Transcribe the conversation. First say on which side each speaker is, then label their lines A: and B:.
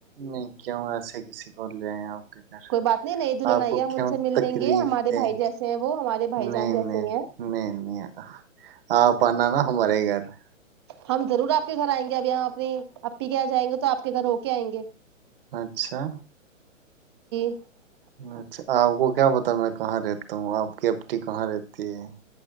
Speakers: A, on the right; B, on the right.
A: نہیں کیوں ایسے کسی کو لےائ آپ کے گھر
B: کوئی بات نہیں نئی دلہن
A: آپ
B: آئی
A: کو
B: ہے ہم
A: کیوں
B: ان سے مل
A: تکلیف
B: لیں گے ہمارے
A: دیں
B: بھائی جیسے ہیں وہ ہمارے بھائی
A: نہیں
B: جان جیسے
A: نہیں
B: ہی ہیں
A: نہیں نہیں آپ آنا نا ہمارے گھر <inaudible>
B: ہم ضرور آپ کے گھر آئیں گے ابھی یہاں اپنی پ کیا جائیں گے تو آ کے گھر ہو کے آئیں گے
A: اچھا
B: <inaudible>
A: اچھا آپ کو کیا پتا میں کہاں رہتا ہوں آپ کی آپی کہاں رہتی ہے